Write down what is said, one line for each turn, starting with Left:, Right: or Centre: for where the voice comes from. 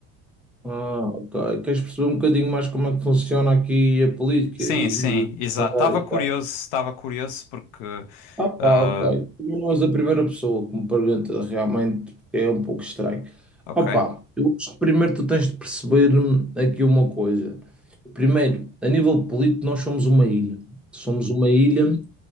Centre: Ah, ok. Queres perceber um bocadinho mais como é que funciona aqui a política
Left: Sim,
Centre: e
Left: sim,
Centre: e
Left: exato.
Centre: Madeira
Left: Estava
Centre: e
Left: curioso,
Centre: tal?
Left: estava curioso porque.
Centre: Ah, pá,
Left: ah,
Centre: ok. Também não és a primeira pessoa que me pergunta realmente, porque é um pouco estranho.
Left: ok.
Centre: opa pá, eu acho que primeiro tu tens de perceber hum, aqui uma coisa. Primeiro, a nível político, nós somos uma ilha. Somos uma ilha